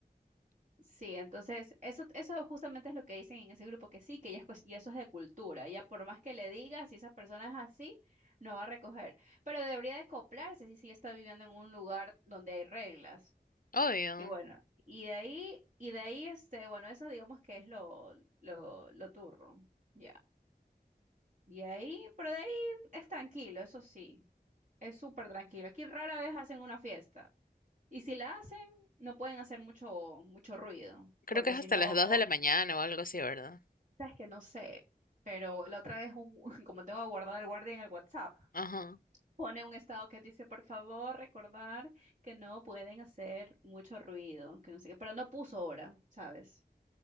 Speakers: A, on the right; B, on the left.
A: Sí, entonces eso, eso justamente es lo que dicen en ese grupo, que sí, que ya, es cues- ya eso es de cultura, ya por más que le digas, si esa persona es así, no va a recoger, pero debería de acoplarse si, si ya está viviendo en un lugar donde hay reglas.
B: obvio.
A: Y bueno, y de ahí, y de ahí, este, bueno, eso digamos que es lo, lo, lo turro, ya. Y ahí, pero de ahí es tranquilo, eso sí, es súper tranquilo. Aquí rara vez hacen una fiesta, y si la hacen, no pueden hacer mucho, mucho ruido,
B: Creo
A: porque
B: que es
A: si
B: hasta
A: no...
B: las 2 de la mañana o algo así, ¿verdad?
A: Sabes que no sé, pero la otra vez, un- <laughs> como tengo guardado el guardia en el WhatsApp,
B: Ajá.
A: pone un estado que dice, por favor, recordar que no pueden hacer mucho ruido, que no sé qué, pero no puso hora, ¿sabes?